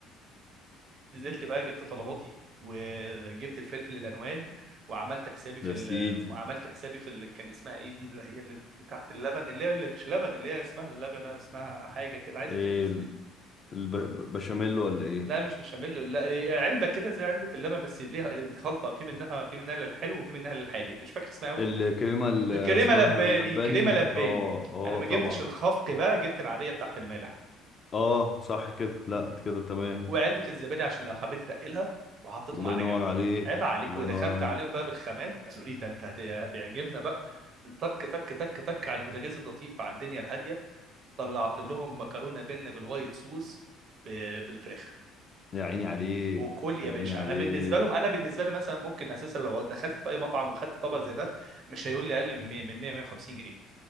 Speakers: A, on the right; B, on the left.
A: نزلت بقى جبت طلباتي وجبت الفلفل الالوان وعملت حسابي في
B: يا
A: ال...
B: سيدي
A: وعملت حسابي في ال... كان اسمها ايه دي اللي هي اللي تحت اللبن اللي هي اللي مش لبن اللي هي اسمها اللبنه اسمها حاجه كده عايز
B: إيه
A: افتكر اسمها
B: البشاميل ولا ايه
A: لا مش بشاميل لا هي علبه كده زي علبه اللبن بس ليها خلطه في منها في منها للحلو وفي منها للحادق مش فاكر اسمها قوي
B: الكريمة اللي
A: كريمه
B: اسمها
A: لباني
B: اللباني
A: كريمه لباني
B: اه اه
A: انا ما
B: طبعا
A: جبتش الخفق بقى جبت العاديه بتاعت المالح
B: اه صح كده لا كده تمام
A: وعلبه الزبادي عشان لو حبيت تنقلها وحطيتهم
B: الله
A: على
B: ينور
A: جنب
B: عليك
A: عيب عليك
B: الله
A: ودخلت
B: ينور عليك
A: عليهم بقى بالخامات قالوا لي ده انت هت- هتعجبنا بقى تك تك تك تك على البوتاجاز اللطيف على الدنيا الهاديه طلعت لهم مكرونه بينا بالوايت صوص ب- بالفراخ
B: يا عيني عليك
A: وكل يا
B: يا
A: باشا
B: عيني عليك
A: انا بالنسبه لهم انا بالنسبه لي مثلا ممكن اساسا لو دخلت في اي مطعم وخدت طبق زي ده مش هيقول لي اقل من 100 من 100 150 جنيه